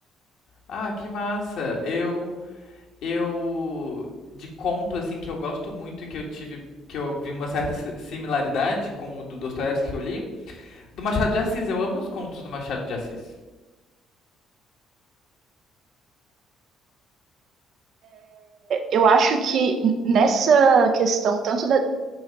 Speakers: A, on the left; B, on the right.
A: Ah, que massa. Eu eu de conto assim que eu gosto muito e que eu tive que eu vi uma certa si- similaridade com o do Dostoiévski que eu li, do Machado de Assis. Eu amo os contos do Machado de Assis.
B: Eu acho que nessa questão, tanto da,